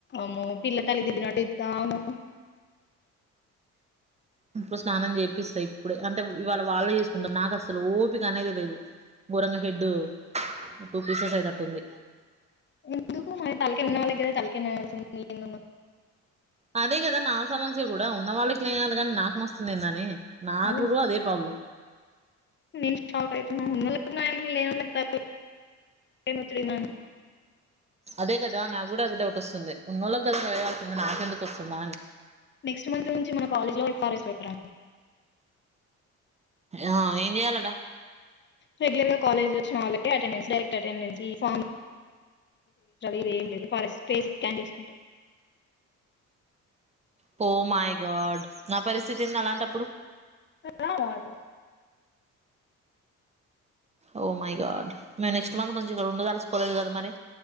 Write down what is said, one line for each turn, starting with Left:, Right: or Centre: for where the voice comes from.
Left: అమ్మో పిల్ల తల్లి తిట్టినటు తిడత ఉన్నవ్
Right: ఇప్పుడు స్నానం చేపిస్తా ఇప్పుడే అంటే ఇవాళ వాళ్ళే చేసుకుంటారు నాకు అసలు ఓపిక అనేది లేదు గొరంగ హెడ్ టూ పీసెస్ అయితట్టుంది
Left: ఎందుకు మయ్ త న్నగద తల <unintelligible>
Right: అదే కదా నా సమస్య కూడా ఉన్న వాళ్ క్లే కానీ నాకు నోస్తుంది ఎందని నా
Left: అదే
Right: గుడు అదె ప్రాబ్లం
Left: నేను షాక్ అయితున్న ఉనో లకి త లేనో లకి ఏమతునలి కానీ
Right: అదే కదా నా కూడా అది డౌట్ వస్తుంది ఉన్నోళ్ళకి కదా నయాల్సింద నాకెందుకు వస్తుందా అని
Left: నెక్స్ట్ మంత్ నుంచి మన కాలేజ్ లో కూడా ఎఫార సత్ర్రా
Right: ఆ ఎం చేయాలట
Left: రెగ్యులర్ గా కాలేజీ వచ్చిన వాళ్ళక అటెండెన్ డైరెక్ట్ అటెండెన్స్ ఫ ఇం లేదు ఫేస్ స్కాన్ చేకుంట
Right: పో మై గాడ్ నా పరిస్థితి ఏంది అలాంటప్పుడు
Left: రావాలి
Right: ఓ మై గాడ్ ఇంగ నెక్స్ట్ మంత్ నుంచి ఇక్కడ ఉడాస్కాల కద మరి